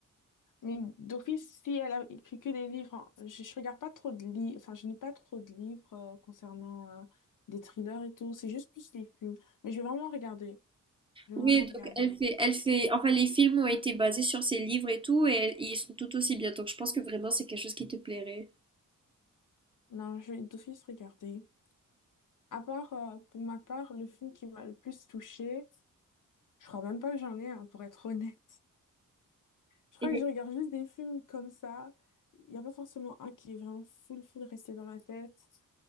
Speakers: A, on the left; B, on the right.
A: Mais d'office, si elle a écrit que des livres, hein, je, je regarde pas trop de livres, enfin, je lis pas trop de livres euh, concernant euh, des thrillers et tout. C'est juste plus les films. Mais je vais vraiment regarder. Je vais
B: Oui,
A: vraiment regarder.
B: donc elle fait, elle fait, enfin les films ont été basés sur ses livres et tout, et, elles- ils sont tout aussi bien. Donc je pense que vraiment c'est quelque chose qui te plairait.
A: Non, je vais d'office regarder. À part, euh, pour ma part, le film qui m'a le plus touchée, je crois même pas que j'en ai un, pour être honnête. Je crois
B: Et
A: que je regarde juste des films comme ça. Il n'y a pas forcément un qui est vraiment full, full resté dans ma tête.